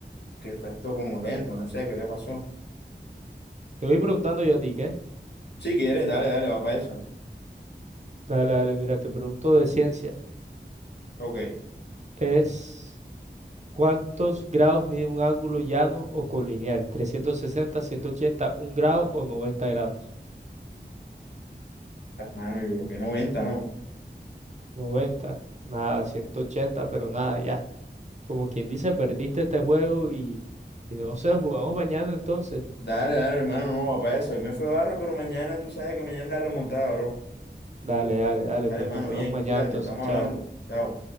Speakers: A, on the left; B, on the right.
A: que está esto como lento, no sé qué le pasó.
B: Te voy preguntando yo a ti, ¿qué?
A: Si quieres, dale, dale, va para eso.
B: Dale, dale, mira, te pregunto de ciencia.
A: Ok,
B: Es ¿cuántos grados mide un ángulo llano o colineal? trescientos sesenta ciento ochenta un grado o 90 grados.
A: hermano, yo creo que 90, ¿no?
B: noventa nada, ciento ochenta pero nada, ya. Como quien dice, perdiste este juego y, y no sé, jugamos mañana entonces.
A: Dale, dale, hermano, no va para eso. Hoy me fue barro, pero mañana tú sabes que mañana es la remontada, bro.
B: Dale, dale, dale,
A: Dale,
B: pues
A: hermano,
B: nos vemos
A: bien,
B: mañana
A: cuídate,
B: entonces,
A: estamos
B: chao.
A: hablando. Chao.